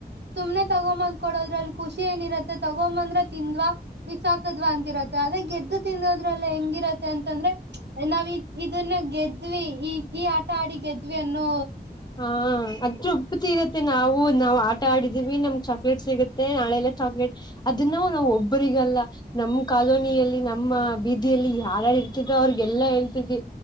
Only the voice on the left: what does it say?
ಹಾ ಅದೊಪ್ತಿ ಇರತ್ತೆ ನಾವು ನಾವ್ ಆಟ ಆಡಿದೀವಿ ನಮ್ ಚ ಚಾಕ್ಲೇಟ್ ಸಿಗುತ್ತೆ ನಾಳೆಲ್ಲ ಚಾಕ್ಲೇಟ್ ಅದ ನಾವು ನಾವು ಒಬ್ಬರಿಗಲ್ಲ ನಮ್ಮ್ ಕಾಲೋನಿಯಲ್ಲಿ ನಮ್ಮ ಬೀದಿಯಲ್ಲಿ ಯಾರ್ಯಾರು ಇರ್ತಿದ್ರೋ ಅವ್ರಿಗೆಲ್ಲಾ ಹೇಳ್ತಿದ್ವಿ